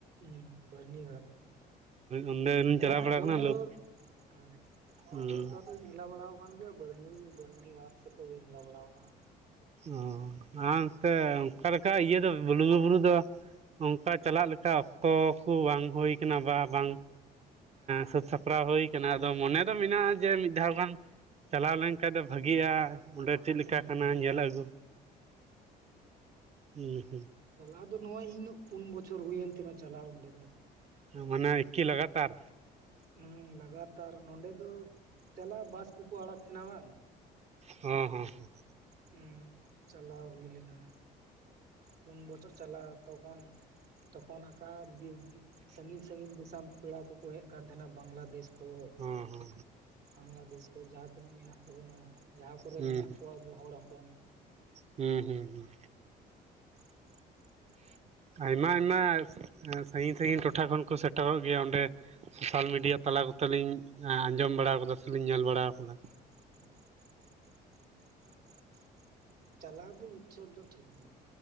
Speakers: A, on the right; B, on the right.
A: ᱦᱮᱸ ᱵᱟᱹᱨᱱᱤ ᱜᱷᱟᱴ
B: ᱚᱸᱰᱮ ᱞᱤᱧ
A: ᱦᱮᱸ
B: ᱪᱟᱞᱟᱣ
A: ᱟᱸᱡᱚᱢ
B: ᱵᱟᱲᱟ ᱟᱠᱟᱱᱟ
A: ᱫᱚ
B: ᱞᱟᱹᱣ
A: ᱦᱮᱸ ᱚᱡᱳᱫᱽᱫᱷᱟ
B: ᱚ
A: ᱫᱚᱧ ᱦᱮᱞᱟ ᱵᱟᱲᱟ ᱠᱟᱱ ᱜᱮᱭᱟ ᱵᱟᱨᱱᱤ ᱜᱷᱟᱴ ᱥᱮᱫ ᱫᱚ ᱵᱟᱹᱧ ᱦᱮᱞᱟ ᱵᱟᱲᱟ ᱟᱠᱟᱱᱟ᱾
B: ᱚ ᱟᱱᱛᱮ ᱚᱱᱠᱟ ᱞᱮᱠᱟ ᱤᱭᱟᱹ ᱫᱚ ᱵᱞᱩ ᱵᱵᱩᱨᱩ ᱫᱚ ᱚᱱᱠᱟ ᱪᱟᱞᱟᱜ ᱞᱮᱠᱟ ᱚᱠᱛᱚ ᱠᱚ ᱵᱟᱝ ᱦᱳᱭ ᱠᱟᱱᱟ ᱵᱟ ᱵᱟᱝ ᱥᱟᱹᱛ ᱥᱟᱯ ᱥᱟᱯᱨᱟᱣ ᱦᱳᱭ ᱠᱟᱱᱟ ᱟᱫᱚ ᱢᱚᱱᱮ ᱫᱚ ᱢᱮᱱᱟᱜᱼᱟ ᱡᱮ ᱢᱤᱫ ᱫᱷᱟᱣ ᱜᱟᱱ ᱪᱟᱞᱟᱣ ᱞᱮᱱᱠᱷᱟᱱ ᱫᱚ ᱵᱷᱟᱹᱜᱤᱜᱼᱟ ᱚᱸᱰᱮ ᱪᱮᱫ
A: ᱦᱩᱸ
B: ᱞᱮᱠᱟ ᱠᱟᱱᱟ ᱧᱮᱞ ᱟᱹᱜᱩ ᱦᱩᱸ
A: ᱦᱩᱸ ᱟᱫᱚ ᱱᱚᱜᱚᱭ ᱤᱱᱟᱹᱜ ᱯᱩᱱ ᱵᱚᱪᱷᱚᱨ ᱦᱩᱭᱮᱱ ᱛᱤᱱᱟ ᱪᱟᱞᱟᱣ ᱚᱸᱰᱮ ᱫᱚ
B: ᱢᱟᱱᱮ ᱮᱠᱤ ᱞᱟᱜᱟᱛᱟᱨ
A: ᱦᱮᱸ ᱞᱟᱜᱟᱛᱟᱨ ᱱᱚᱸᱰᱮ ᱫᱚ ᱪᱟᱞᱟᱜ ᱵᱟᱥ ᱠᱚᱠᱚ ᱟᱲᱟᱜ ᱛᱟᱦᱮᱸᱱᱟ ᱵᱟᱝ
B: ᱦᱚᱸ ᱦᱚᱸ ᱦᱚᱸ
A: ᱦᱩᱸ ᱪᱟᱞᱟᱣ ᱦᱩᱭ ᱞᱮᱱᱟ ᱯᱩᱱ ᱵᱚᱪᱷᱚᱨ ᱪᱟᱞᱟᱣ ᱛᱚᱠᱷᱚᱱ ᱛᱚᱠᱷᱚᱱ ᱟᱠᱟ ᱥᱟᱺᱜᱤᱧ ᱥᱟᱺᱜᱤᱧ ᱫᱤᱥᱚᱢ ᱯᱮᱲᱟ ᱠᱚᱠᱚ ᱦᱮᱡ ᱠᱟᱱ ᱛᱟᱦᱮᱸᱱᱟ ᱵᱟᱝᱞᱟᱫᱮᱥ ᱠᱷᱚᱡ
B: ᱦᱚᱸ ᱦᱚᱸ
A: ᱵᱟᱝᱞᱟᱫᱮᱥ ᱠᱷᱚᱡ ᱡᱟᱦᱟᱸ ᱛᱤᱱᱟᱹᱜ ᱢᱮᱱᱟᱜ ᱛᱟᱵᱚᱱᱟ ᱡᱟᱦᱟᱸ ᱠᱚᱨᱮ
B: ᱦᱚᱸ
A: ᱢᱮᱱᱟᱜ
B: ᱦᱩᱸ
A: ᱠᱚᱣᱟ ᱟᱵᱚ ᱦᱚᱲ ᱦᱚᱯᱚᱱ
B: ᱦᱩᱸ ᱦᱩᱸ ᱦᱩᱸ
A: <inaudible>
B: ᱟᱭᱢᱟ ᱟᱭᱢᱟ ᱥᱟᱸᱜᱤᱧ ᱥᱟᱸᱜᱤᱧ ᱴᱚᱴᱷᱟ ᱠᱷᱚᱱ ᱠᱚ ᱥᱮᱴᱮᱨᱚᱜ ᱜᱮᱭᱟ ᱚᱸᱰᱮ ᱥᱳᱥᱟᱞ ᱢᱤᱰᱤᱭᱟ
A: ᱦᱩᱸ
B: ᱛᱟᱞᱟ ᱠᱚᱛᱮᱞᱤᱧ ᱟᱸᱡᱚᱢ ᱵᱟᱲᱟ ᱠᱟᱫᱟ ᱥᱮᱞᱤᱧ ᱧᱮᱞ ᱵᱟᱲᱟ ᱠᱟᱫᱟ
A: <inaudible> ᱪᱟᱞᱟᱣ ᱫᱚ ᱢᱤᱫ ᱪᱷᱚᱴ ᱫᱚ ᱴᱷᱤᱠ ᱜᱮᱭᱟ